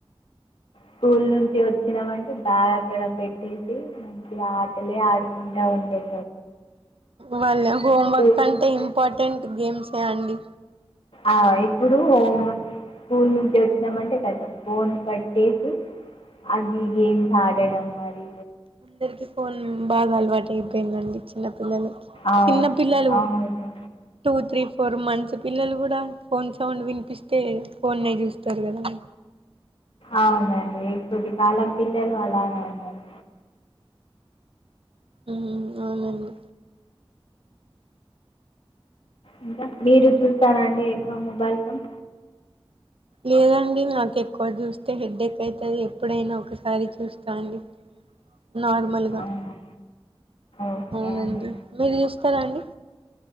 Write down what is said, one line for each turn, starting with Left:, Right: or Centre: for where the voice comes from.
Left: స్కూల్ నుంచి వచ్చినామంటే బ్యాగ్ అక్కడ పెట్టేసి మంచి ఆటలే ఆడుకుంటా ఉంటాయి
Right: వాళ్ళ హోమ్వర్క్
Left: స్కూ
Right: అంటే ఇంపార్టెంట్ గేమ్స్ శండి
Left: ఆ ఇప్పుడు హోం స్కూల్ నుంచి వచ్చినామంటే కదం ఫోన్ కట్టేసి అవి గేమ్స్ ఆడడం మరి
Right: అందరికి ఫోన్ బాగా అలవాటు అయిపోయిందండి చిన్నపిిల్లల
Left: అవును
Right: చిన్న పిల్లలు
Left: అవును
Right: టూ త్రీ ఫోర్ మంత్స్ పచ్చపిిల్లలు కూడా ఫోన్ సౌండ్ వినిపిస్తే ఫోన్ే చూస్తారు కదడి
Left: అవునండి ఎకూటి కాలం పిల్లలు అలానే ఉన్నారు
Right: ఉ అవునండి
Left: ఇంకా మీరు చూస్తాను అండి ఎక్కువ మొబైల్ ఫోన్
Right: లేదండి నాకు ఎక్కువ చూస్తే హెడేక్ అవుతుంది ఎప్పుడైనా ఒకసారి చూస్తా అండి నార్మల్గా
Left: అవునా ఓకే
Right: అవునండి
Left: అండి
Right: మీరు చూ చెస్తారా అండి